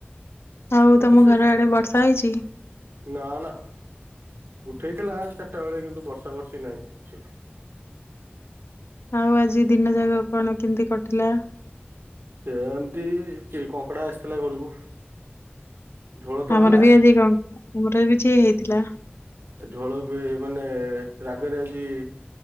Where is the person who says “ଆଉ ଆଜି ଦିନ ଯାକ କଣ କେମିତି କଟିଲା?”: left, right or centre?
Left